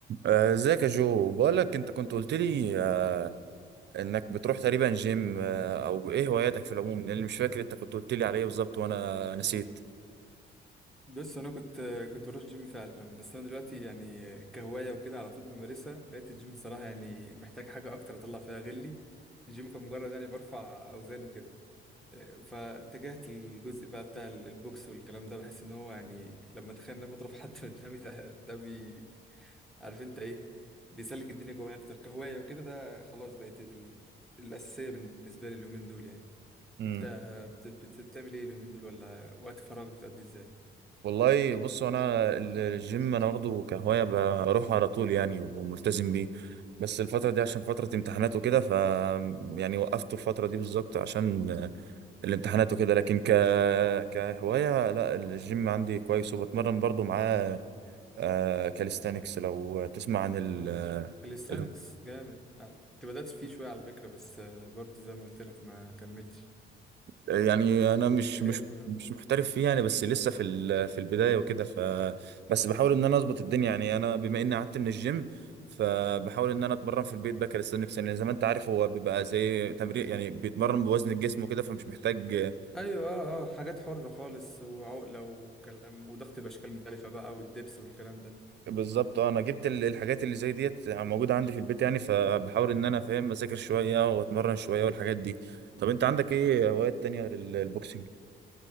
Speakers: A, on the right; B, in the centre.
A: آه، ازيك يا جو بقولك انت كنت قلت لي آه، انك بتروح تقريبا جيم آه، او ايه هواياتك في العموم لان اللي مش فاكر انت كنت قلت لي عليه بالظبط وانا نسيت
B: بس انا كنت كنت بروح الجيم فعلا بس انا دلوقتي يعني كهوايه وكده على طول بمارسها لقيت الجيم الصراحه يعني محتاج حاجه اكتر اطلع فيها غلي الجيم كان مجرد يعني برفع اوزان وكده فاتجهت الجزء بقى بتاع البوكس والكلام ده بحس ان هو يعني لما اتخيل ان انا بضرب حد <laughs> قدامي ده, ده بي عارف انت ايه بيسلك الدنيا جوايا اكتر كهوايه وكده ده خلاص بقت ال... الاساسيه بالنسبه لي اليومين دول يعني
A: امم
B: انت بت... بت... بتعمل ايه اليومين دول ولا وقت فراغ بتقضيه ازاي؟
A: والله بص انا ال- الجيم انا واخده كهوايه ب- بروح على طول يعني وملتزم بيه بس الفتره دي عشان فتره امتحانات وكده ف يعني وقفت الفتره دي بالظبط عشان آه، الامتحانات وكده لكن ك كهوايه لا الجيم عندي كويس وبتمرن برضو معاه آه كاليستانكس لو تسمع عن ال
B: كاليستانكس
A: ال-
B: جامد آه، كنت بدأت فيه شوية على فكرة بس آه، برضه زي ما قلت لك ما كملتش
A: يعني انا مش
B: جامد
A: مش
B: والله
A: مش محترف فيه يعني بس لسه في ال- في البدايه وكده ف بس بحاول ان انا اظبط الدنيا يعني انا بما اني قعدت من الجيم فبحاول ان انا اتمرن في البيت بقى كاليستانكس لان زي ما انت عارف هو بيبقى زي تمرين يعني بيتمرن بوزن الجسم وكده فمش محتاج
B: ايوه اه اه حاجات حرة خالص وعقلة وكلام وضغط بأشكال مختلفة بقى والدبس والكلام ده
A: بالظبط اه انا جبت ال- الحاجات اللي زي ديت موجوده عندي في البيت يعني فبحاول ان انا فاهم اذاكر شويه واتمرن شويه والحاجات دي طب انت عندك ايه هوايات تانية غير ال- البوكسنج